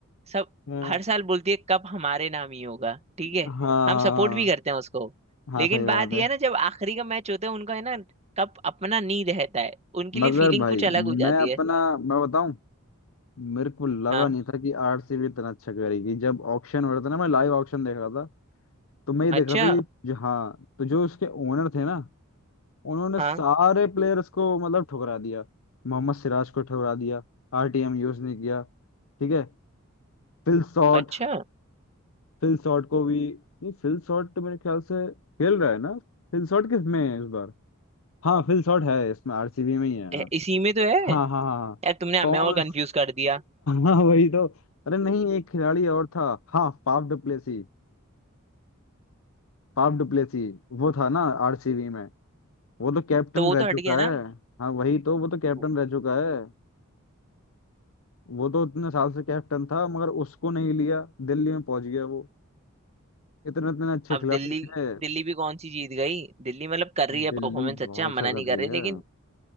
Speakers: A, on the right; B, on the left.
A: सब
B: हाँ
A: हर साल बोलती है कप हमारे नाम ही होगा ठीक है
B: हाँ हाँ
A: हम सपोर्ट भी करते हैं उसको
B: हाँ
A: लेकिन
B: सही
A: बात
B: बात
A: यह
B: है
A: है ना जब आखिरी का मैच होता है उनका है ना कप अपना नहीं रहता है उनके लिए
B: मगर
A: फीलिंग
B: भाई
A: कुछ अलग हो
B: मैं
A: जाती
B: अपना
A: है
B: मैं बताऊं मेरे को लगा
A: हाँ
B: नहीं था कि आरसीबी इतना अच्छा करेगी जब ऑक्शन हो रहा था ना मैं लाइव ऑक्शन देख रहा था तो मैं ये
A: अच्छा
B: देख रहा था कि जो हाँ तो जो उसके ओनर थे ना उन्होंने
A: हाँ
B: सारे प्लेयर्स को मतलब ठुकरा दिया मोहम्मद सिराज को ठुकरा दिया आरटीएम यूज नहीं किया ठीक है फिल शॉट
A: अच्छा
B: फिल शॉट को भी नहीं फिल शॉट तो मेरे ख्याल से खेल रहा है ना फिल शॉट किस में है इस बार हाँ फिल शॉट है इसमें आरसीबी में ही है हाँ
A: इ- इसी में तो है
B: हाँ हाँ हाँ
A: यार
B: हाँ।
A: तुमने हमें
B: कौन
A: और कंफ्यूज कर दिया
B: हाँ वही तो अरे नहीं एक खिलाड़ी और था हाँ फाफ डुप्लेसी फाफ डुप्लेसी वो था ना आरसीबी में वो तो कैप्टन
A: तो वो
B: रह
A: तो हट
B: चुका
A: गया ना
B: है हाँ वही तो वो तो कैप्टन
A: वो-
B: रह चुका है वो तो इतने साल से कैप्टन था मगर उसको नहीं लिया दिल्ली में पहुंच गया वो इतने इतने अच्छे
A: अब
B: खिलाड़ी
A: दिल्ली
B: थे
A: दिल्ली भी कौन सी जीत गई दिल्ली मतलब कर रही है
B: दिल्ली
A: परफॉर्मेंस अच्छा
B: बहुत
A: हम
B: अच्छा
A: मना
B: कर
A: नहीं
B: रही
A: कर रहे
B: है
A: लेकिन